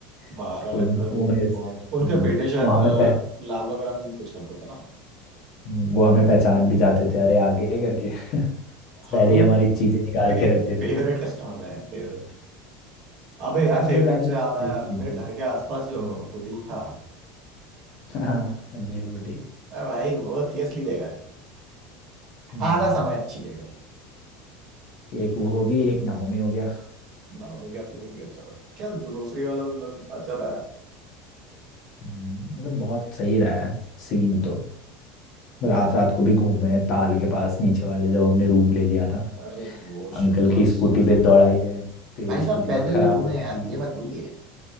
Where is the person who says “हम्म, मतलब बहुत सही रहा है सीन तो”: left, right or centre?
Left